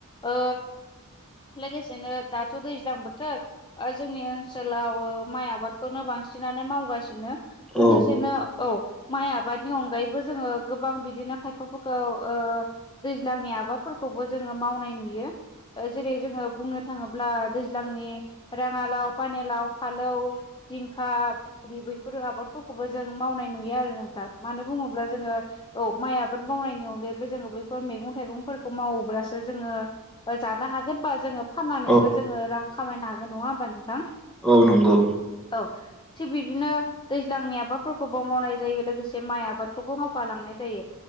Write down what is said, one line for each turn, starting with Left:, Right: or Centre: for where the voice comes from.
Left: ओ लोगोसेनो दाथ' दैज्लां बोथोर ओ जोंनि ओनसोलाव ओ माइ आबादखौनो बांसिनानो मावगासिनो।
Centre: औ
Left: लोगोसेनो औ माइ आबादनि अनगायैबो जोंङो गोबां बिदिनो खायफाफोरखौ ओ दैज्लांनि आबादफोरखौबो जोंङो मावनाय नुयो। जेरै जोंङो बुंनो थांङोब्ला दैज्लांनि रांङालाव, पाने लाव, फालौ, जिंखा, फलि बैफोरो आबादफोरखौबो जों मावनाय नुयो आरो नोंथां। मानो बुंङोब्ला जोंङो औ माइ आबाद मावनायनि अनगायैबो जोंङो बैफोर मैगं थाइगंफोरखौ मावोब्लासो जोंङो जानो हागोन बा जोंङो फाननानैबो
Centre: औ
Left: जोंङो रां खामायनो हागोन नंङा होमबा नोंथां।
Centre: औ नंगौ।
Left: औ थिग बिदिनो दैज्लांनि आबादफोरखौबो मावनाय जायो लोगोसे माइ आबादखौबो मावफालांनाय जायो।